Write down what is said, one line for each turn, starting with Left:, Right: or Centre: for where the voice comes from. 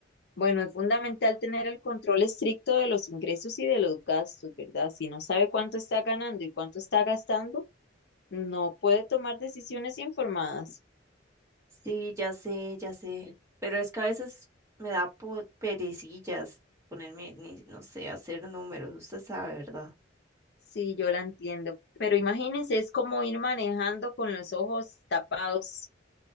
Left: Bueno, es fundamental tener el control estricto de los ingresos y de los gastos, ¿verdad? Si no sabe cuánto está ganando y cuánto está gastando, no puede tomar decisiones informadas.
Right: Sí, ya sé, ya sé, pero es que a veces me da po- perecillas ponerme, ni- no sé, hacer números, usted sabe, ¿verdad?
Left: Sí, yo la entiendo. Pero imagínense, es como ir manejando con los ojos tapados.